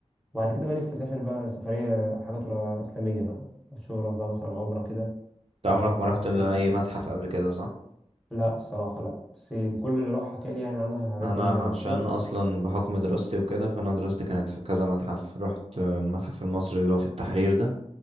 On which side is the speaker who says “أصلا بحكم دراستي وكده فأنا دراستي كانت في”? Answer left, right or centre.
Right